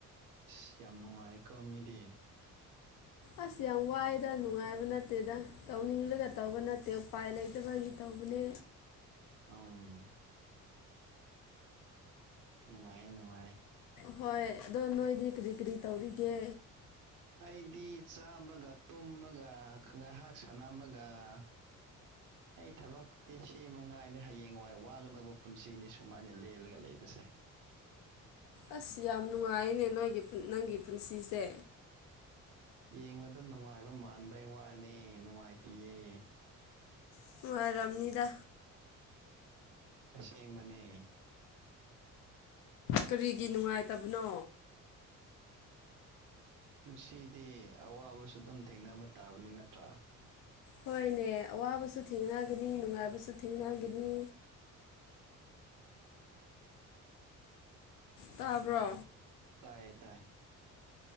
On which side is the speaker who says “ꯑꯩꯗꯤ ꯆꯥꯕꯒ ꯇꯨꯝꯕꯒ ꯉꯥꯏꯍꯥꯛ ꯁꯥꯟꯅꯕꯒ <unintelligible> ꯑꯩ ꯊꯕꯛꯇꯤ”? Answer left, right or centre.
Right